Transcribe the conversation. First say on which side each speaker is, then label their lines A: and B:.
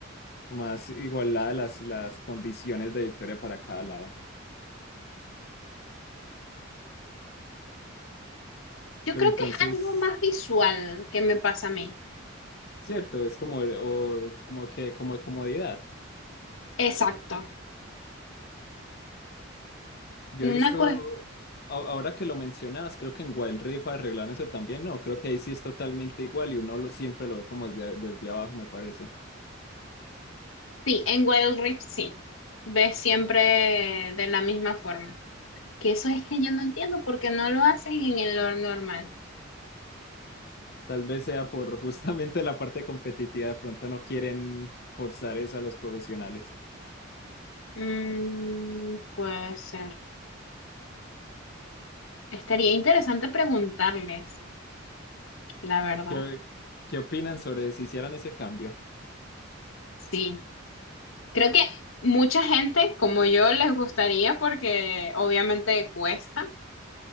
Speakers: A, on the left; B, on the left.
A: más igualada las, las condiciones de victoria para cada lado.
B: Yo
A: Pero
B: creo
A: entonces,
B: que es algo más visual que me pasa a mí.
A: cierto, es como, eh, o, como que, como de comodidad.
B: Exacto.
A: Yo
B: Una
A: he visto,
B: cosa,
A: a- ahora que lo mencionabas, creo que en Wild Rift arreglaron eso también, no, creo que ahí sí es totalmente igual y uno lo, siempre lo ve como desde, desde abajo, me parece.
B: sí, en Wild Rift sí. Ves siempre de la misma forma. Que eso es que yo no entiendo por qué no lo hacen en el lore normal.
A: Tal vez sea por <laughs> justamente la parte competitiva, de pronto no quieren forzar eso a los profesionales.
B: Mm, puede ser. Estaría interesante preguntarles, la verdad.
A: ¿Qué, qué opinan sobre si hicieran ese cambio?
B: Sí. Creo que mucha gente como yo les gustaría porque obviamente cuesta.